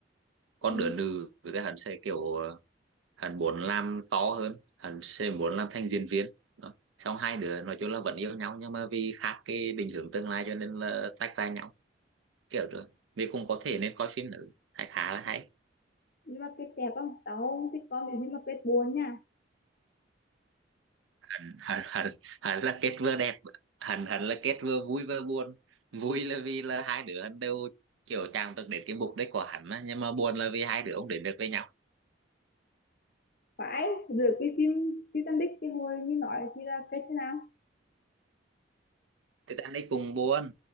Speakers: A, on the right; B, on the left.
A: còn
B: ừ.
A: đứa nữ thì hắn sẽ kiểu hắn muốn làm to hơn hắn sẽ muốn làm thành diễn viên đó. xong hai đứa nói chung là vẫn yêu nhau nhưng mà vì khác cái định hướng tương lai cho nên là tách ra nhau kiểu rồi vì cũng có thể nên coi phim nữ hay khá là hay
B: nhưng mà kết đẹp không tao không thích con nếu như mà kết buồn nha
A: hắn hắn hắn, hắn là kết vừa đẹp hắn hắn là kết vừa vui vừa buồn vui là vì là hai đứa hắn đều kiểu chàng được đến cái mục đích của hắn á, nhưng mà buồn là vì hai đứa không đến được với nhau
B: phải được cái phim Titanic cái hồi mình nói thì là kết thế nào
A: Titanic cùng buồn